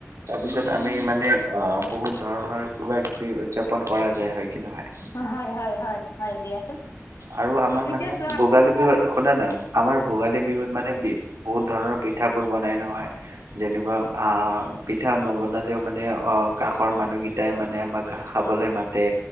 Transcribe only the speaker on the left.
অঁ হয় হয় হয় হয় দিয়াচোন
উম
এতিয়া
চোৱা
উম